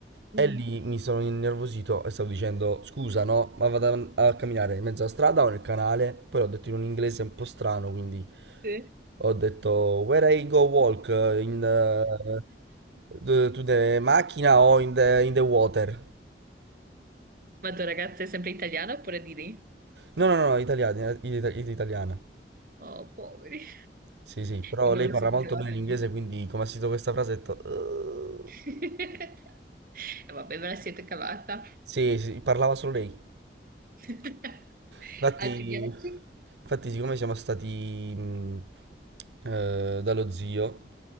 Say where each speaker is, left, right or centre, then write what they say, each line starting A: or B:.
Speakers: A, on the right (about 50°); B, on the right (about 75°).
A: Mm.
B: E lì mi sono innervosito e stavo dicendo, scusa no, ma vado a, a camminare in mezzo alla strada o nel canale? Poi l'ho detto in un inglese un po' strano, quindi
A: Sì.
B: ho detto, where I go walk, eh, in eh, the, to the macchina o in the, in the water?
A: Ma tua ragazza è sempre italiana oppure di lì?
B: No, no, no, italiana, it- it- italiana.
A: Oh, poveri.
B: Sì, sì, però
A: E non
B: lei
A: ve la
B: parla
A: siete
B: molto
A: cavata
B: bene l'inglese,
A: molto.
B: quindi come ha sentito questa frase ho detto... "Uh".
A: <laughs> E vabbè, ve la siete cavata.
B: Sì, sì, parlava solo lei.
A: <laughs>
B: Infatti,
A: Altri viaggi?
B: infatti, siccome siamo stati mh, eh, dallo zio,